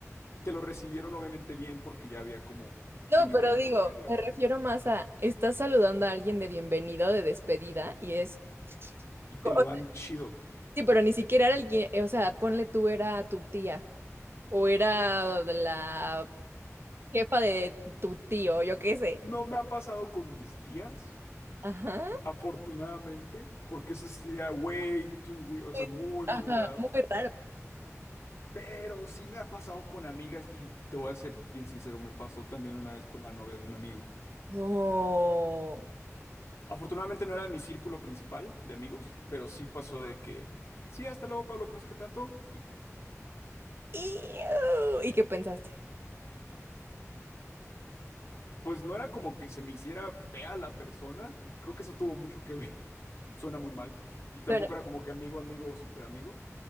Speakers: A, on the left (about 50°); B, on the right (about 45°).
A: y te lo recibieron obviamente bien porque ya había como
B: No,
A: química
B: pero
A: de por
B: digo,
A: medio
B: me refiero más a, estás saludando a alguien de bienvenida o de despedida, y es,
A: y te
B: o
A: lo dan
B: sea,
A: chido.
B: sí, pero ni siquiera era alguien, eh, o sea, ponle tú era tu tía, o era la jefa de tu tío, yo qué sé.
A: No me ha pasado con mis tías,
B: Ajá.
A: afortunadamente, porque eso sí sería way too weird, o
B: Pues,
A: sea, muy,
B: Ajá,
A: muy raro.
B: muy raro.
A: Pero sí me ha pasado con amigas y te voy a ser bien sincero, me pasó también una vez con la novia de un amigo.
B: No.
A: Afortunadamente no era de mi círculo principal de amigos, pero sí pasó de que, sí, hasta luego, Pablo, que no sé qué tanto.
B: Iu. ¿Y qué pensaste?
A: Pues no era como que se me hiciera fea la persona. Creo que eso tuvo mucho que ver. <laughs> Suena muy mal. Y tampoco
B: Bueno,
A: era como que amigo, amigo, súper amigo.